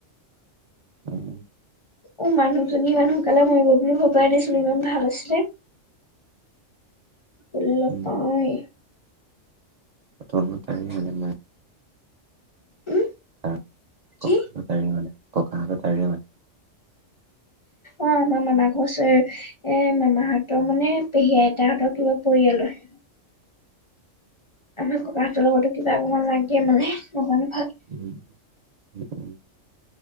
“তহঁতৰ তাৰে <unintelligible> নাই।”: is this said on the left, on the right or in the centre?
Right